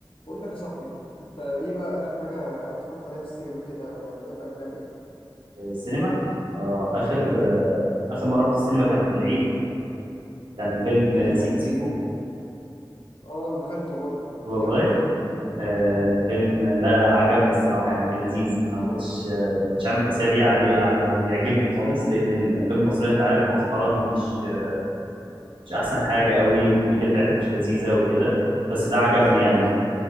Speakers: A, on the left; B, on the right.
A: بقول لك يا صاحبي انت ايه بقى اخر حاجه رحت اتفرجت عليها في السينما كده ولا بتحب افلام ايه
B: السينما آه اخر
A: امم
B: آه اخر مره رحت السينما كان في العيد كان فيلم
A: ايه
B: آه،
A: دخلت
B: سيكو سيكو
A: ايه اه انا دخلته برضو
B: والله
A: ايه رايك فيه
B: آه
A: امم
B: فيلم لا لا عجبني الصراحه يعني كان لذيذ انا ما كنتش آه كنتش عامل حسابي عليه على انه يعجبني خالص لان الافلام المصريه انت عارف مؤخرا مش آه، مش احسن حاجه قوي والكوميديا بتاعتها مش لذيذه وكده بس ده عجبني
A: بالظبط
B: يعني